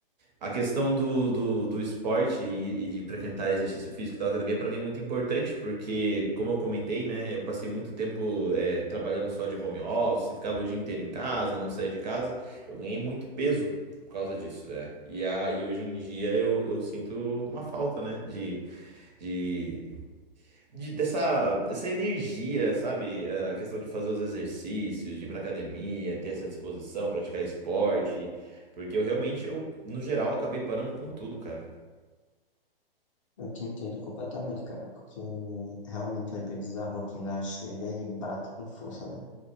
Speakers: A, on the right; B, on the left.
A: A questão do, do, do esporte e, e de frequentar exercício físico da academia, para mim é muito importante, porque, como eu comentei, né, eu passei muito tempo é, trabalhando só de home office, ficava o dia inteiro em casa, não saía de casa, eu ganhei muito peso por causa disso, é. E, a, e hoje em dia eu, eu sinto uma falta, né, de, de, de- dessa, dessa energia, sabe? A questão de fazer os exercícios, de ir pra academia, ter essa disposição, praticar esporte. Porque eu realmente, eu, no geral, acabei parando com tudo, cara.
B: Eu te entendo completamente, cara, porque realmente às vezes a rotina chega e bate com força, né?